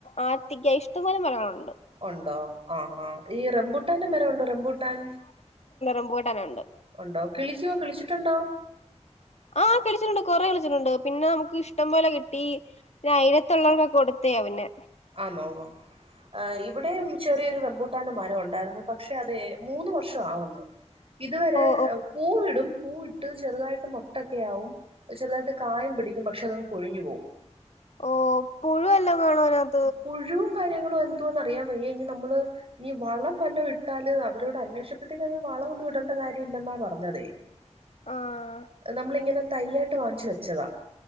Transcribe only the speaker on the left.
ആത്തിക്ക ഇഷ്ടം പോലെ മരങ്ങളൊണ്ട്
റംമ്പൂട്ടാനൊണ്ട്
ആഹ് കളിച്ചിട്ടുണ്ട് കുറെ കളിച്ചിട്ടുണ്ട് പിന്നെ നമ്മുക്ക് ഇഷ്ടം പോലെ കിട്ടി പിന്നെ അയലത്തുള്ളവർക്കൊക്കെ കൊടുത്തയ പിന്നെ
ഓഹ് ഓഹ്
ഓ പുഴുവല്ലോം കാണോ അതി-
ആഹ്